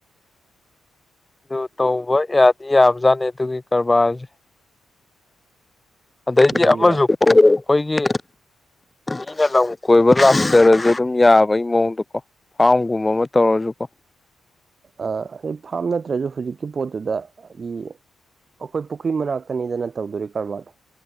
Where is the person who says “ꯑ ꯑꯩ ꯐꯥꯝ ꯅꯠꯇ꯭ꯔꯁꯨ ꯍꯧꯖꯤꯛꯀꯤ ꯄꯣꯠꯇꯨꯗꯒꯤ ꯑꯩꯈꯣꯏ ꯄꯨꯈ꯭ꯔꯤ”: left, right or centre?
Right